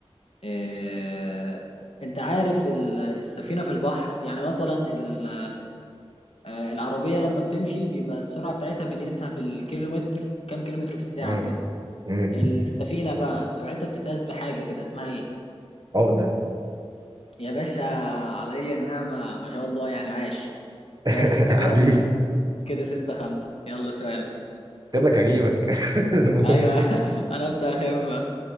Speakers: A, on the left; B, on the right.
A: آه، انت عارف ال- السفينة في البحر يعني مثلا ال- آه، العربية لما بتمشي بيبقى السرعة بتاعتها بنقيسها بالكيلومتر كام كيلومتر في الساعة
B: مم.
A: وكده
B: مم.
A: السفينة بقى سرعتها بتتقاس بحاجة كده اسمها ايه
B: عقدة
A: يا باشا عليا النعمة ما شاء الله يعني عاش
B: <laughs>
A: ماشي كده
B: حبيبي
A: كده ستة خمسة يلا سؤال
B: قلت لك هجيبك <laughs> المهم
A: ايوه <laughs> انا ابدأ اخف بقى.